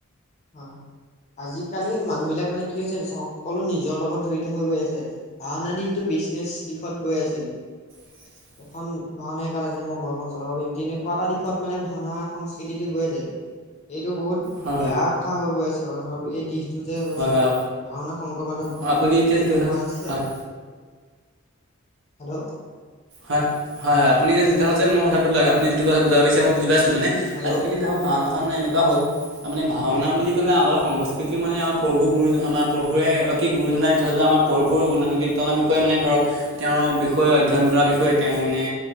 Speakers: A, on the left (about 30°); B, on the right (about 60°).
A: অ আজিকালি মানুহ বিলাক মানে কি হৈছে সকলো নিজৰ লগত জড়িত হৈ গৈ আছে। ভাওনা দিশটো বিচনেচ দিশত গৈ আছে।
B: হয়
A: এখন ভাওনা শিকালে যে মই ঘৰখন চলাব পাৰিম তেনেকুৱা এটা দিশত মানে ভাওনা সংস্কৃতিটো গৈ আছে। এইটো বহুত
B: হয়
A: বেয়া কথা হৈ গৈ আছে আও ধৰক এই দিশ তু যে হৈছে,
B: হয় হয়
A: ভাওনা শংকৰ মাধৱ
B: হয় আপুনি
A: দেৱে
B: এতিয়া
A: তেনেকে
B: যিটো কথা
A: কৰা নাছিলে।
B: হয়
A: হেল্ল।
B: হে, হয় হয় আপুনি যে যিটো কথা কৈছে মই কথাটো লাগ আপুনি যিটো কথা বুজাব পৰিছে মই বুজি পাইছোঁ মানে
A: হেল্ল'
B: আজিকালি ধৰক ভাওনাখন মানে এনেকুৱা হ'ল তাৰমানে ভাওনা বুলি ক'লে আগৰ সংস্কৃতি মানে আমাৰ প্ৰভু গুৰুজন আমাৰ প্ৰভুৱে কি গুৰুজনাই দি থৈ যোৱা আমাৰ প্ৰৰভুৰ গুণানুকীৰ্তনাৰ বিষয়ে মানে ধৰক তেওঁৰ বিষয়ে অধ্যয়ন কৰাৰ বিষয়ে তেওঁ মানে